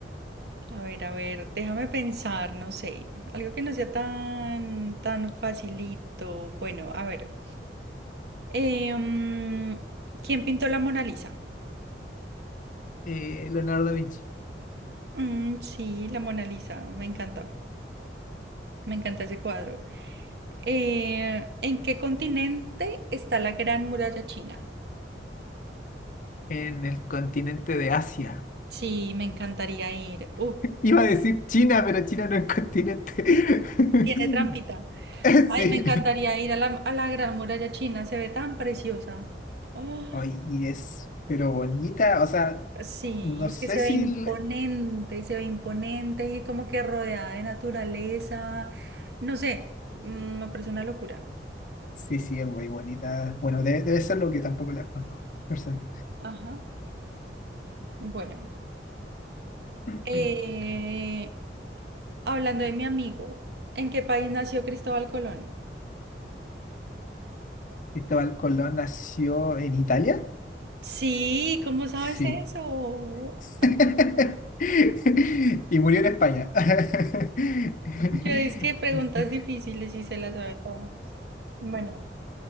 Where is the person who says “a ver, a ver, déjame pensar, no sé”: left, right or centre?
Right